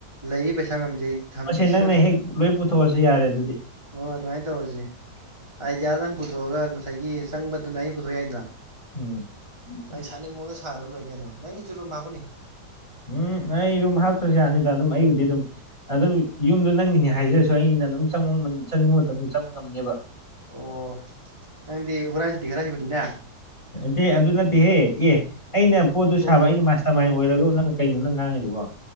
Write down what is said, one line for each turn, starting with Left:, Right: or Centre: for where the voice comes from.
Right: ꯂꯩꯔꯤ ꯄꯩꯁꯥ ꯃꯌꯥꯝꯁꯦ ꯑꯩ
Left: ꯃꯁꯦ
Right: ꯁꯤꯖꯤꯟꯅ
Left: ꯅꯪꯅ ꯍꯦꯛ ꯂꯣꯏꯟ ꯄꯨꯊꯣꯛꯑꯣꯁꯦ ꯌꯥꯔꯦ ꯑꯗꯨꯗꯤ
Right: ꯍꯣ ꯑꯗꯨꯃꯥꯏꯟ ꯇꯧꯔꯖꯤ ꯑꯥꯏꯗꯤꯌꯥꯗꯪ ꯄꯨꯊꯣꯛꯑꯒ ꯉꯁꯥꯏꯒꯤ ꯆꯪꯕꯗꯨꯅ ꯑꯩꯟ ꯄꯨꯊꯣꯛ ꯌꯥꯏꯗꯅ꯫
Left: <inaudible>
Right: ꯅꯪ ꯁꯥꯅꯤꯡ ꯃꯑꯣꯡꯗ ꯁꯥꯔ ꯂꯣꯏꯔꯦ ꯀꯩꯅꯣ ꯅꯪꯒꯤꯖꯨ ꯔꯨꯝ ꯍꯥꯞꯀꯅꯤ꯫
Left: ꯎꯝ ꯑꯩ ꯔꯨꯝ ꯍꯥꯞꯇ꯭ꯔꯁꯨ ꯌꯥꯅꯤꯗ ꯑꯗꯨꯝ ꯑꯩꯕꯨꯗꯤ ꯑꯗꯨꯝ ꯑꯗꯨꯝ ꯌꯨꯝꯗꯣ ꯅꯪꯒꯤꯅꯦ ꯍꯥꯏꯖꯔꯁꯨ ꯑꯩꯒꯤꯅ ꯑꯗꯨꯝ ꯆꯪꯅꯤꯡꯕ ꯃꯇꯝꯗ ꯆꯪꯕ ꯉꯝꯅꯦꯕ
Right: ꯑꯣ ꯅꯪꯗꯤ ꯍꯨꯔꯥꯟ ꯆꯤꯟꯊꯤ ꯈꯔ ꯍꯩꯕꯅꯤꯅ
Left: ꯅꯠꯇꯦ ꯑꯗꯨ ꯅꯠꯇꯦꯍꯦ ꯑꯦ ꯑꯩꯅ ꯄꯣꯠꯇꯨ
Right: ꯑꯣ
Left: ꯁꯥꯕ ꯑꯩꯅ ꯃꯥꯁ ꯃꯥꯏꯅ ꯑꯣꯏꯔꯒ ꯅꯪꯅ ꯀꯩꯅꯣ ꯅꯪ ꯉꯥꯡꯉꯤꯗꯨꯕꯣ